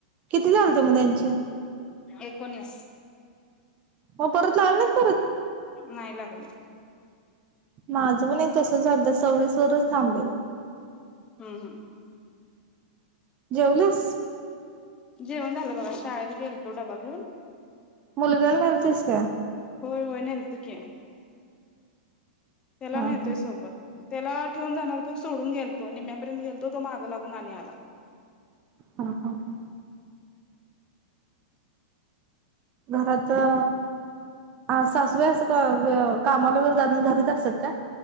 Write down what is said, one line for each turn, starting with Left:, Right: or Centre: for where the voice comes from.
Right: किती झालते मग त्यांचे?
Left: एकोणीस.
Right: मग परत लावले नाहीत परत
Left: नाही लागले.
Right: माझं पण एक तसं झालतं सव्वीस वरच थांबलेलं.
Left: हम्म हम्म
Right: जेवलीस?
Left: जेवण झालं बघा शाळेत गेलतो डबा घेऊन
Right: मुलग्याला नेलतीस काय?
Left: होय होय नेलत की. त्याला
Right: हा
Left: नेतोय
Right: हा
Left: सोबत, त्याला ठेवून जाणार होतो सोडून गेलतो निम्यापर्यंत गेलतो तो माग लागू न आणि आला.
Right: हा हा हा. घरात अ अ सासू बाई असं कवा कामाला वगैरे जात नाय घरातच असतात का?